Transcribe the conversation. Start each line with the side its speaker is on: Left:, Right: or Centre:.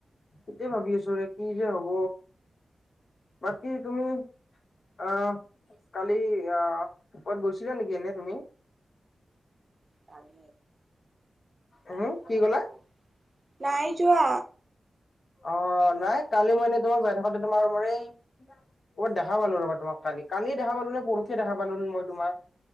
Left: সেইটোৱেই ভাবি আছোৰে কি যে হব বাকী তুমি আহ কালি আহ কত গৈছিলা নেকি এনে তুমি
Right: কালি নাই
Left: উম
Right: যোৱা
Left: কি কলা
Right: ক'তো নাই যোৱা
Left: অ নাই কালি মই তোমাক যাই থাকোতে তোমাৰ মোৰেই ক'বাত দেখা পালো ৰবা তোমাক কালিয়ে দেখা পালো নে পৰখি দেখা পালো ন মই তোমাক